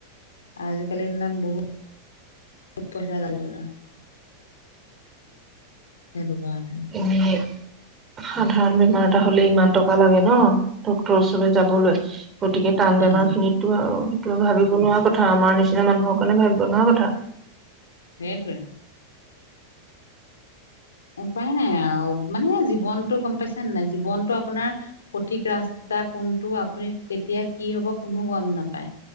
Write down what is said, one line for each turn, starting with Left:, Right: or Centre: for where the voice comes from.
Left: আজিকালিৰ দিনত বহুত পইচা ঢালিব লাগে। - সেইটো কাৰণে।
Right: উম', সাধাৰণ বেমাৰ এটা হলে ইমান টকা লাগে নঃ ডক্তৰৰ ওচৰলৈ যাবলৈ, গতিকে টান বেমাৰ
Left: অ
Right: খিনিতটো আৰু সেইটো ভাবিব নোৱাৰা কথা আমাৰ নিচিনা মানুহৰ কাৰণে ভাবিব নোৱাৰা কথা।
Left: সেইটোৱে। উপায় নাই আৰু মানে জীৱনতটো গম পাইছে নে নাই? জীৱনতটো আপোনাৰ সঠিক ৰাচ তাৰ কোনটো আপুনি কেতিয়া কি হব কোনো গম নাপায়,